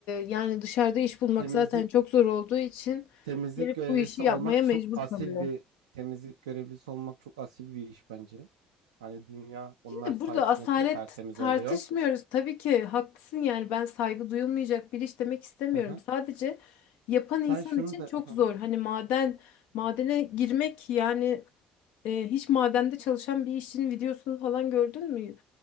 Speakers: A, on the left (about 65°); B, on the right (about 80°).
A: yani dışarıda iş bulmak
B: temizlik
A: zaten çok zor olduğu için
B: temizlik
A: gelip
B: görevlisi
A: bu işi yapmaya
B: olmak çok
A: mecbur
B: asil
A: kalıyor.
B: bir temizlik görevlisi olmak çok asil bir iş bence. Hani dünya onlar
A: Şimdi
B: sayesinde
A: burada asalet
B: te- tertemiz
A: tartışmıyoruz.
B: oluyor.
A: Tabii ki haklısın yani ben saygı duyulmayacak bir iş demek istemiyorum.
B: Hı hı.
A: Sadece yapan
B: Sen
A: insan
B: şunu
A: için
B: da
A: çok
B: hı
A: zor.
B: hı.
A: Hani maden, madene girmek yani e, hiç madende çalışan bir işçinin videosunu falan gördün mü?